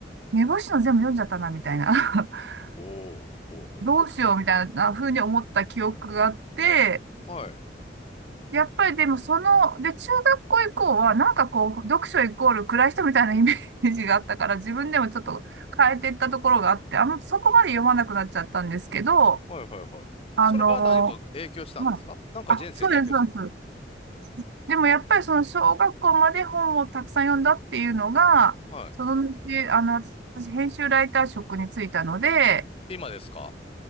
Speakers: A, on the right; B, on the left.
A: 目星の全部読んじゃったな、みたいな。<laughs>
B: おお、ほうほ
A: どうしよう、みたいな風に思った記憶があって、
B: う。はい。
A: やっぱりでもその、で、中学校以降は、なんかこう、読書イコール暗い人みたいなイメージがあったから、自分でもちょっと変えていったところがあって、あんまそこまで読まなくなっちゃったんですけど、
B: はいはいはい。
A: あの、
B: それは何か影響したんですかなんか人生に影響したんですか
A: まあ、あ、そうです、そうです。でもやっぱりその小学校まで本をたくさん読んだっていうのが、
B: は
A: その後、あの、私、編集ライター職に就いたので、
B: い。今ですか